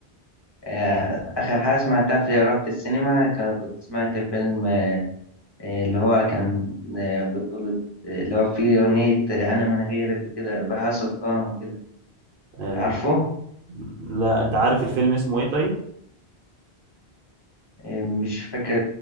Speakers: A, on the left; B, on the right.
A: آه، آخر حاجة سمعتها في رحت السينما كان- كنت سمعت فيلم آه، آه، اللي هو كان آه، بطولة آه، اللي هو فيه أغنية آه، أنا من غيرك وكده بهاء سلطان وكده
B: آه،
A: عارفه؟
B: لا أنت عارف الفيلم اسمه إيه طيب؟
A: آه، مش فاكر